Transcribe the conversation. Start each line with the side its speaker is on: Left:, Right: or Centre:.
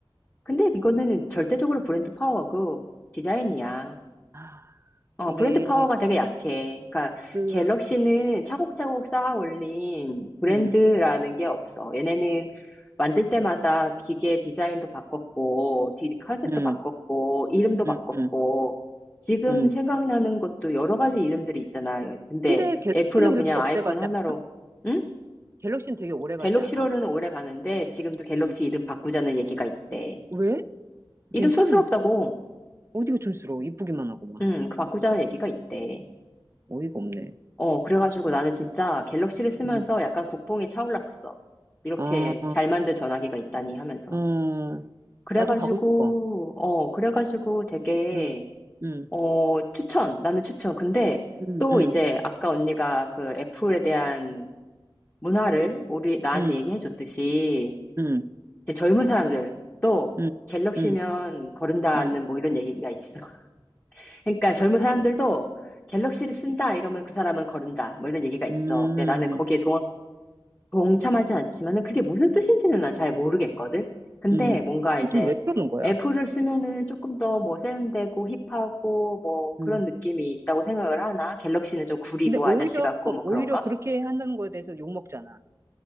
Left: 근데 이거는 절대적으로 브랜드 파워고, 디자인이야.
Right: 아,
Left: 어,
Right: 이게,
Left: 브랜드 파워가 되게 약해. 그러니까
Right: 그,
Left: 갤럭시는 차곡차곡 쌓아 올린 브랜드라는
Right: 응,
Left: 게 없어. 얘네는 만들 때마다 기계 디자인도 바꿨고, 디, 컨셉도
Right: 응,
Left: 바꿨고, 이름도 바꿨고,
Right: 응, 응,
Left: 지금
Right: 응.
Left: 생각나는 것도 여러 가지 이름들이 있잖아. 근데
Right: 근데 갤럭시는
Left: 애플은 그냥
Right: 그렇게
Left: 아이폰
Right: 오래 가지
Left: 하나로,
Right: 않아?
Left: 응?
Right: 갤럭시는 되게 오래 가지
Left: 갤럭시로는
Right: 않아?
Left: 오래 가는데 지금도 갤럭시
Right: 응.
Left: 이름 바꾸자는 얘기가 있대.
Right: 왜?
Left: 이름
Right: 괜찮은데?
Left: 촌스럽다고,
Right: 어디가 촌스러워? 이쁘기만 하고 막.
Left: 응, 그 바꾸자는 얘기가 있대.
Right: 어이가 없네.
Left: 어, 그래가지고 나는 진짜 갤럭시를 쓰면서
Right: 응.
Left: 약간 국뽕이 차올랐었어. 이렇게
Right: 아,
Left: 잘 만든 전화기가 있다니 하면서.
Right: 어,
Left: 그래가지고,
Right: 나도 가고 싶어.
Left: 어, 그래가지고 되게,
Right: 응, 응,
Left: 어, 추천. 나는 추천. 근데
Right: 응,
Left: 또
Right: 응,
Left: 이제 아까 언니가 그 애플에 대한 문화를 우리, 나한테
Right: 응,
Left: 얘기해 줬듯이
Right: 응,
Left: 이제 젊은 사람들 또
Right: 응,
Left: 갤럭시면
Right: 응,
Left: 거른다는
Right: 응,
Left: 뭐 이런 얘기가 있어. <laughs> 그러니까 젊은 사람들도 갤럭시를 쓴다 이러면 그 사람은 거른다 뭐 이런 얘기가 있어.
Right: 응,
Left: 근데
Right: 응.
Left: 나는 거기에 동참하진 않지만은 그게 무슨 뜻인지는 난 잘 모르겠거든. 근데
Right: 음.
Left: 뭔가 이제
Right: 도대체 왜 그러는 거야?
Left: 애플을 쓰면은 조금 더 뭐 세련되고 힙하고 뭐 그런
Right: 음.
Left: 느낌이 있다고 생각을 하나? 갤럭시는 좀 구리고
Right: 근데 오히려,
Left: 아저씨 같고 뭐
Right: 오히려
Left: 그런가?
Right: 그렇게 하는 거에 대해서 욕먹잖아.